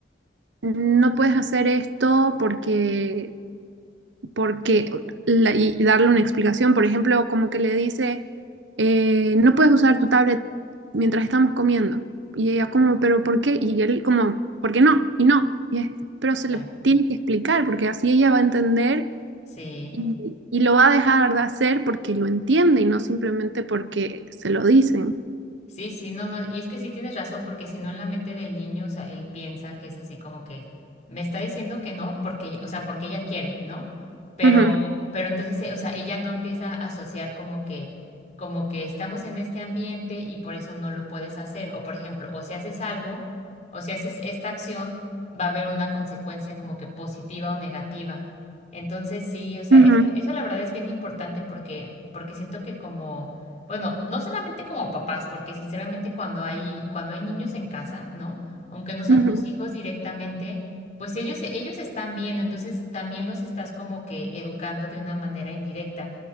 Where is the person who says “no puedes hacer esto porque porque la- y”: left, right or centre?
Right